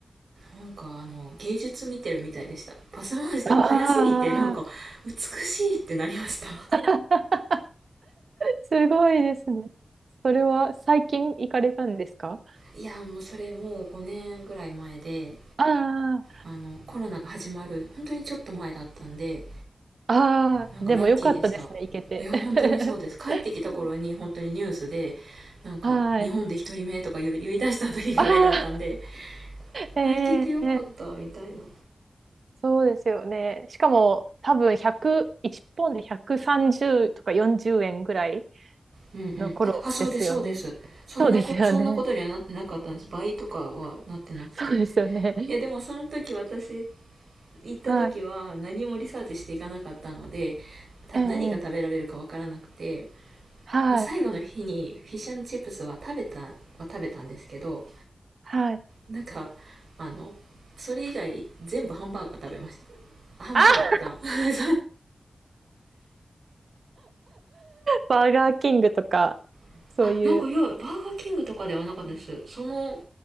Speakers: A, on the right; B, on the right.
A: なんかあの芸術見てるみたいでしたパス回しとか早すぎてなんか美しいってなりました
B: ー、<laughs> ああ、すごいですね。それは最近行かれたんですか
A: いやもうそれもう5年ぐらい前で
B: あ
A: あのコロナが始まる本当にちょっと前だったんで
B: あ、ああ、
A: なんかラッキーでした
B: でもよかったですね、行けて。
A: いや本当にそうです帰ってきた頃に本当にニュースで
B: <laughs>
A: なんか日本で一人目とか言い言い出した時ぐらいだったんで
B: はい。ああ、ええ
A: あ行けてよかったみたいな
B: そうですよね。しかも、多分100、いちポンドで130とか40円ぐらい
A: うんうん。
B: の頃ですよね。
A: あ、あそうです、そうです。そんなこ、
B: そうですよね。
A: そんなことにはなってなかったんです。倍とかはなってなくて。
B: そうですよね。
A: いや、でもその時私行った時は何もリサーチしていかなかったので、
B: はい。
A: た何が食べられるかわからなくて、
B: ええはい。
A: まあ、最後の日にフィッシュチップスは食べた、は食べたんですけど、
B: はい。
A: なんか、あの、それ以外全部ハンバーガー食べました。ハンバーガー。
B: あ、バーガーキングとか、
A: <laughs>
B: そういう
A: あ、なんかいや、バーガーキングとかではなかったです。その